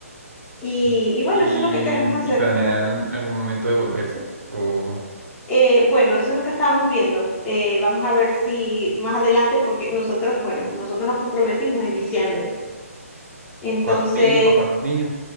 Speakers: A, on the left; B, on the right.
A: Y,
B: Sí.
A: y bueno,
B: ¿Y,
A: eso es lo que queremos hacer.
B: y planean algún momento de volverse? ¿O
A: Eh, bueno, eso es lo que estábamos viendo. Eh, vamos a ver si más adelante, porque nosotros, bueno, nosotros nos comprometimos en diciembre. Entonces,
B: cuántos <laughs> niños? ¿Para cuántos niños?